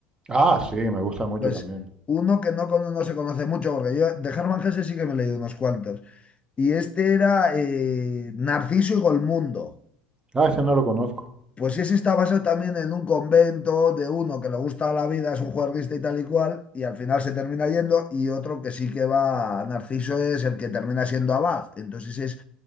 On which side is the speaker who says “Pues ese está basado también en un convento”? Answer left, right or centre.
Left